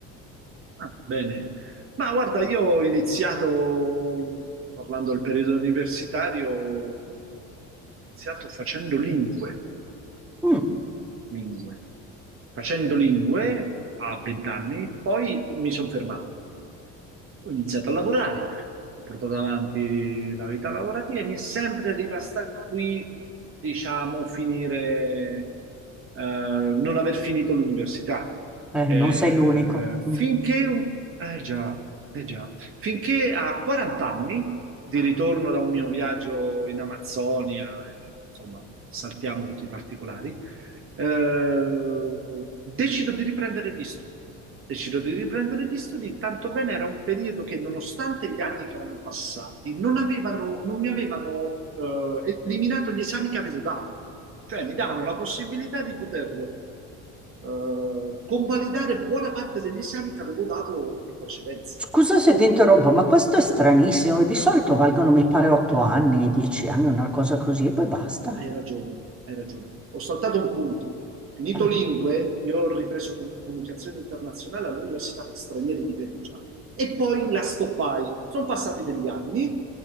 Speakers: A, on the right (about 40°); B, in the centre.
A: ah, bene. Ma guarda, io ho iniziato, parlando del periodo universitario, ho iniziato facendo lingue,
B: Mm.
A: lingue. Facendo lingue a vent'anni, poi mi sono fermato. Ho iniziato a lavorare, ho portato avanti la vita lavorativa e mi è sempre rimasta qui, diciamo, finire, eh, non aver finito l'università.
B: Eh,
A: Eh,
B: non sei l'unico. Mm.
A: finché, un- eh già, eh già, finché a 40 anni, di ritorno da un mio viaggio in Amazzonia, e, insomma, saltiamo tutti i particolari, eh, decido di riprendere gli studi. Decido di riprendere gli studi, tanto bene era un periodo che, nonostante gli anni che erano passati, non avevano- non mi avevano eh, eliminato gli esami che avevo dato. Cioè, mi davano la possibilità di poter eh, convalidare buona parte degli esami che avevo dato in precedenza.
B: Scusa se ti interrompo, ma questo è stranissimo. Di solito valgono, mi pare, otto anni, dieci anni, una cosa così, e poi basta.
A: Hai ragione, hai ragione. Ho saltato un punto. Finito
B: Eh,
A: lingue, io ho ripreso comunicazione internazionale all'Università per Stranieri di Perugia e poi la stoppai. Sono passati degli anni,